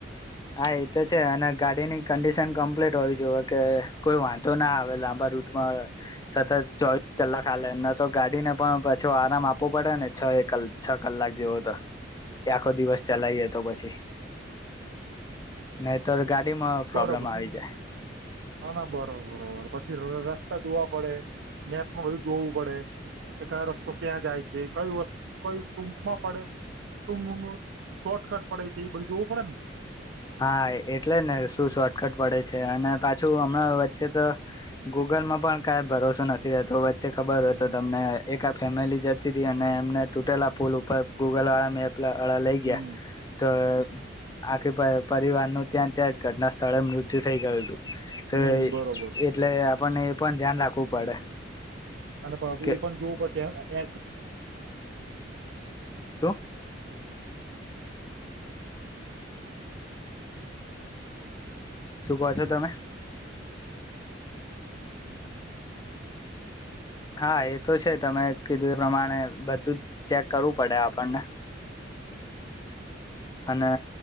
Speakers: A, on the left; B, on the right.
A: હા એ તો છે અને ગાડીની કંડિશન કમ્પ્લીટ હોવી જોુએ કે કોઈ વાંધો ના આવે હવે લાંબા રૂટમાં સતત ચોવીસ કલાક હાલે ન તો ગાડીને પણ પછો આરામ આપવો પડે ને છ એક છ કલાક જેવો તો આખો દિવસ ચલાવીએ તો પછી નાહી ત ગાડી માં પ્રોબ્લેમ
B: બરોબર
A: આવી જાય
B: ના ના બરોબરરોબર પછી રસ્તા જોવા પડે નેપમાં બધું જોવું પડે એક આ રસ્તો ક્યાં જાય છે કય વસ્તુ કય ટૂકમાં પડે ટુંગ શોર્ટકટ પડે છે એ બધું જોવું પડે ને
A: હા એટલે ને શું શોર્ટકટ પડે છે અને પાછું હમણાં વચ્ચે તો ગૂગલમાં પણ કઈ ભરોસો નથી રહેતો વચ્ચે ખબર હોય તો તમને એકા ફેમિલી જતી રહી અને એમને તૂટેલા ફૂલ ઉપર ગૂગલ વાળા મેપ પલા અળ લઈ
B: હમ
A: ગયા તો આખે ભાઈ પરિવારનુંું ત્યાં ત્યાં જ ઘટના સ્થળે મૃત્યુ થઈ ગયું હતું તો
B: હમ બરોબર
A: એટલે આપને એ પણ ધ્યાન રાખવું પડે
B: અને પાછું
A: કે
B: એ પણ જોવું પડ
A: શું શુંકો છો તમે હા એ તો છે તમે કીધું એ પ્રમાણે બધું જ ચેક કરવું પડે આપણને અને